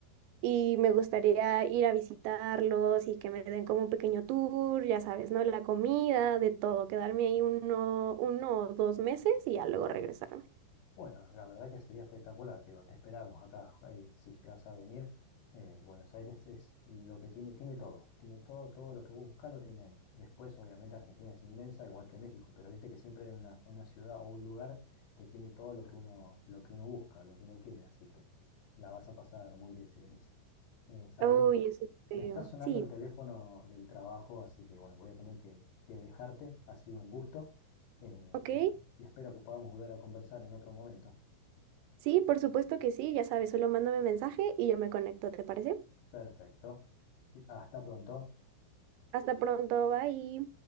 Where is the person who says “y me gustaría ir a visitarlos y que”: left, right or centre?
Right